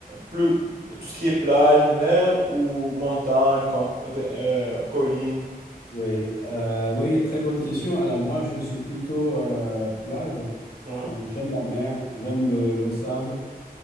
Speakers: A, on the right; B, on the left.
A: plus tout ce qui est plage, mer ou montagne, camp, des, euh, colline.
B: ouais. Euh, oui, très bonne question. Alors moi, je suis plutôt euh, plage,
A: Ouais.
B: donc j'aime la mer, j'aime le, le sable.